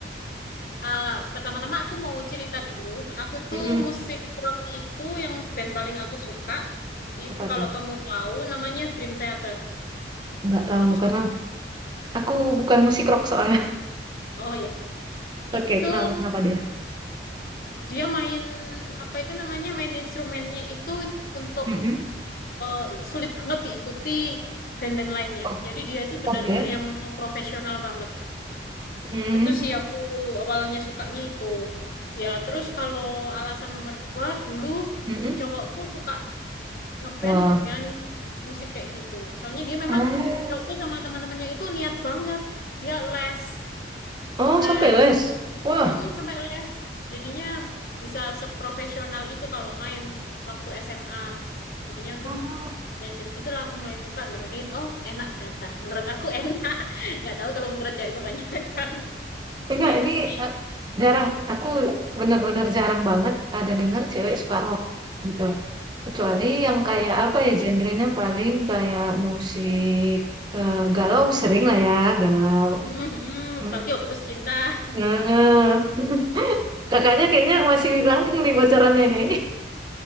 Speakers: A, on the left; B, on the right.
A: Ah, pertama-tama aku mau cerita dulu. Aku tuh
B: Mm-mm.
A: musik rock itu yang band paling aku suka. Itu
B: Apa
A: kalau
B: tuh?
A: kamu tahu namanya Dream Theater.
B: Nggak tahu
A: Aku suka
B: karena
A: banget.
B: aku bukan musik rock soalnya.
A: Oh ya, itu
B: Oke, kenapa kenapa dia?
A: dia main apa itu namanya main instrumennya itu untuk
B: Mm-mm.
A: eh, sulit banget diikuti band-band lainnya.
B: Oh,
A: Jadi dia itu
B: oke.
A: benar-benar yang, yang profesional banget.
B: Mm.
A: Itu sih aku awalnya sukanya itu. Ya terus kalau alasan nomor dua dulu
B: Mm-mm.
A: cowokku suka ngeband
B: Wah.
A: dengan musik kayak gitu. Soalnya dia memang
B: Oh,
A: cowokku sama teman-temannya itu niat banget. Dia les,
B: oh
A: les,
B: sampai les. Wah,
A: Mm-mm, sampai les. Jadinya bisa seprofesional itu kalau main waktu SMA. Jadinya aku
B: Oh,
A: ya dari situlah aku mulai suka dengerin. Oh, enak ternyata. Menurut aku enak. <laughs> Nggak tahu kalau menurut cewek kebanyakan. <laughs>
B: enggak
A: Gitu
B: ini
A: sih.
B: eh, jarang. Aku bener-bener jarang banget ada dengar cewek suka rock gitu. Kecuali yang kayak apa ya genrenya paling kayak musik eh, galau sering lah ya galau.
A: Mm-mm,
B: Hmm.
A: apalagi waktu putus cinta.
B: Nah, <laughs> kakaknya kayaknya masih langgeng nih pacarannya nih.